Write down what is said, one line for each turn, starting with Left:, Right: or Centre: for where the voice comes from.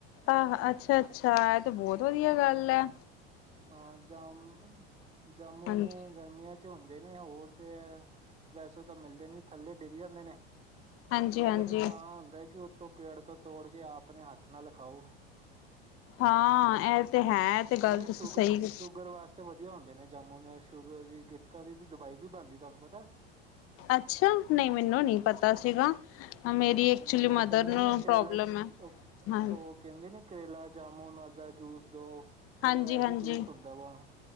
Left: ਆ ਅੱਛਾ ਅੱਛਾ ਇਹ ਤੇ ਬਹੁਤ ਵਧੀਆ
Right: ਹਾਂ,
Left: ਗੱਲ ਆ।
Right: ਹਾਂ ਜਾਮ ਜਾਮੁਨ
Left: ਹਾਂਜੀ,
Right: ਗਰਮੀਆਂ ਚ ਹੁੰਦੇ ਨੇ ਉਹ। ਹੋਰ ਤੇ ਏਹ ਵੈਸੇ ਤਾਂ ਮਿਲਦੇ ਨੀ ਥੱਲੇ ਡਿੱਗ ਜਾਂਦੇ ਨੇ।
Left: ਹਾਂਜੀ-ਹਾਂਜੀ।
Right: ਮਜ਼ਾ ਤੇ ਤਾਂ ਹੁੰਦਾ ਹੈ ਕਿ ਉੱਤੋਂ ਪੇੜ ਤੋਂ। ਤੋੜ ਕੇ ਆਪਣੇ ਹੱਥ ਨਾਲ ਖਾਓ।
Left: ਹਾਂ ਇਹ ਤੇ ਹੈ ਤੇ ਗੱਲ
Right: ਨਾਲੇ
Left: ਤੁਸੀਂ।
Right: ਸ਼ੂਗਰ
Left: ਸਹੀ
Right: ਸ਼ੂਗਰ ਵਾਸਤੇ ਵਧੀਆ ਹੁੰਦੇ ਨੇ ਜਾੰਮੂ ਸ਼ੂਗਰ ਦੀ ਗਿਟਕਾ ਦੀ ਤੇ ਦਵਾਈ ਵੀ ਬਣਦੀ। ਤੁਹਾਨੂੰ ਪਤਾ।
Left: ਅੱਛਾ ਨਹੀਂ ਮੈਨੂੰ ਨੀ ਪਤਾ ਸੀਗਾ। ਮੇਰੀ ਐਕਚੁਲੀ
Right: ਨਹੀਂ ਉਹ
Left: ਮਦਰ
Right: ਕਹਿੰਦੇ
Left: ਨੂੰ
Right: ਨੀ ਕਰੇਲਾ
Left: ਪ੍ਰੋਬਲਮ ਐ।
Right: ਉਹ
Left: ਹਾਂ
Right: ਕਹਿੰਦੇ ਨੀ ਕਰੇਲਾ ਜਾਮੁਨ। ਦਾ ਜੂਸ ਦੋ ਤੋ
Left: ਹਾਂਜੀ-ਹਾਂਜੀ
Right: ਇਹੀ ਜੂਸ ਹੁੰਦਾ ਵਾ ਹੁਣ।